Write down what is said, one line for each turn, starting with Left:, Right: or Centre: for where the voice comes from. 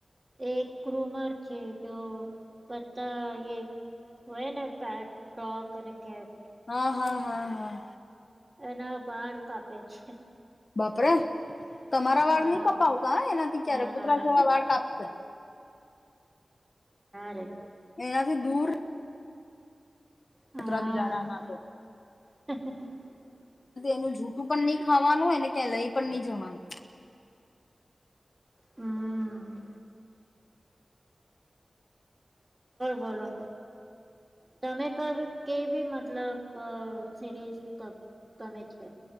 Right: એક ક્રૂમર છે, જો પતા હોયને પેટ ટોક અને કેટ.
Left: હા, હા, હા, હા.
Right: તનાવ બહાર કાપે છે.
Left: બાપરા. તમારા
Right: હા
Left: વાળ નહી કપાવતા હા એનાથી ક્યારે
Right: ના
Left: કૂતરા
Right: ના ના
Left: જેવા વાળ કાપશે.
Right: <inaudible>
Left: એનાથી દૂર.
Right: હા
Left: કૂતરા બિલાડા ના તો.
Right: <unintelligible>
Left: એનું જૂઠું પણ નહી ખાવાનું એને ક્યાં લઈ પણ નહી જવાનું.
Right: હમ્મ. બોલો તમે ક કે ભી મતલબ સિરીઝ ગમે છે?